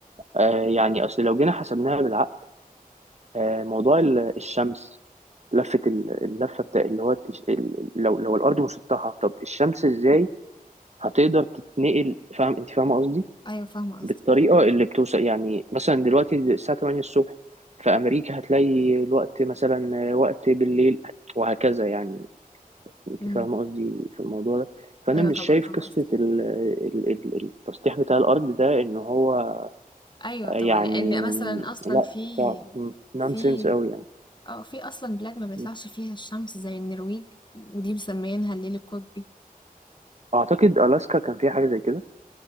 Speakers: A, on the right (about 50°); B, on the left (about 30°).
A: آه، يعني اصل لو جينا حسبناها بالعقل آه، موضوع ال- الشمس لفه ال- اللفه بتاع اللي هو التش... ال- ال- لو لو الارض مسطحه طب الشمس ازاي هتقدر تتنقل فاهم انت فاهمه قصدي
B: ايوه فاهمه قصدك
A: بالطريقه اللي بتوصل يعني مثلا دلوقتي الساعه 8 الصبح في امريكا هتلاقي الوقت مثلا آه، وقت بالليل وهكذا يعني انت
B: امم
A: فاهمه قصدي في الموضوع ده فانا
B: ايوه
A: مش
B: طبعا
A: شايف
B: فاهمه
A: قصه
B: قصدك
A: ال- ال- ال- التسطيح بتاع الارض ده ان هو
B: ايوه
A: يعني
B: طبعا لان مثلا اصلا
A: لا
B: في
A: صعب نونسنس
B: في
A: قوي يعني
B: اه في اصلا بلاد ما بيطلعش
A: م.
B: فيها الشمس زي النرويج ودي مسميينها الليل القطبي
A: اعتقد الاسكا كان فيها حاجه زي كده